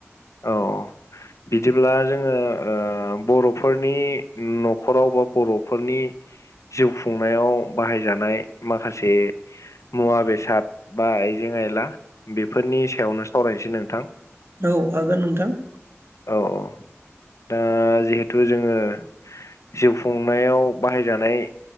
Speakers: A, on the left; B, on the right.
A: औ बिदिब्ला जोङो ओ बर'फोरनि नखराव बा बर'फोरनि जिउ खुंनायाव बाहायजानाय माखासे मुवा बेसाद बा आइजें आइला बेफोरनि सायावनो सावरायनोसै नोंथां
B: औ हागोन नोंथां
A: औ औ दा जिहेथु जोङो जिउ खुंनायाव बाहायजानाय